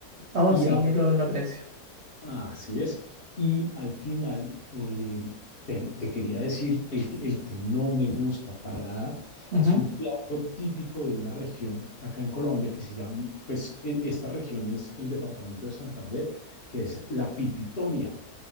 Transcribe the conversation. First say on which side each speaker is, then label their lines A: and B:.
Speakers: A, on the right; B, on the left.
A: Oh,
B: Y
A: sí,
B: Mm. ahora
A: lo, lo aprecio.
B: Ah, Así es. Y al final, eh, te, te quería decir, el, que- el que no me gusta para nada
A: Ujú,
B: es un plato típico de una región acá en Colombia que se llama, pues e- esta región es el departamento de Santander, que es la pipitoria.